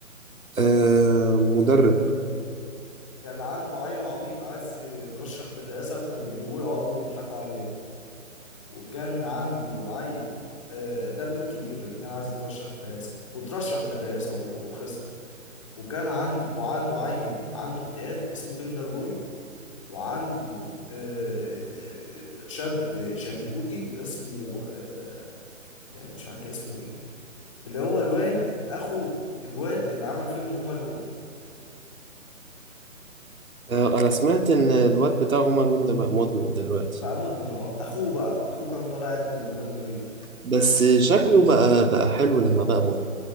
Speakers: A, on the right; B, on the left.
A: آه مدرب
B: كان عنده عيل عبيط عايز يترشح للرئاسة وكانوا بيجيبوه يقعدوا يضحكوا عليه وكان عنده عيل آه، ده ابنه الكبير اللي كان عايز يترشح للرئاسة وترشح للرئاسة و- وخسر وكان عنده وعنده عيل عنده اكتئاب اسمه كيندر روي وعنده آه، شاب شنكوتي اسمه آه، آه، مش عارف كان اسمه ايه اللي هو الواد اخو الواد اللي عمل فيلم هوم الون
A: آه انا سمعت ان الواد بتاع هما لون ده بقى مدمن دلوقتي
B: بقى مدمن اه اخوه بقى اخوه كان طالع ابن اللوجان روي ده
A: بس شكله بقى بقى حلو لما بقى مدمن